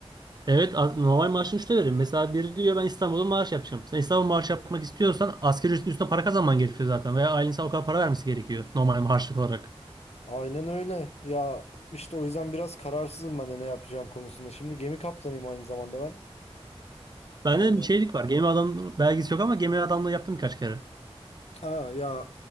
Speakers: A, on the right; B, on the left.
A: Evet az- normal maaşın üçte verir. Mesela biri diyor ben İstanbul'da maaş yapacağım. Sen İstanbul maaş yapmak istiyorsan asgari ücretin üstüne para kazanman gerekiyor zaten. Veya ailen sana o kadar para vermesi gerekiyor normal maaşlık olarak.
B: Aynen öyle. Ya işte o yüzden biraz kararsızım ben de ne yapacağım konusunda. Şimdi gemi kaptanıyım aynı zamanda ben.
A: Bende
B: Yani
A: de bir şeylik var. Gemi adam belgesi yok ama gemi adamlığı yaptım birkaç kere.
B: Aa, ya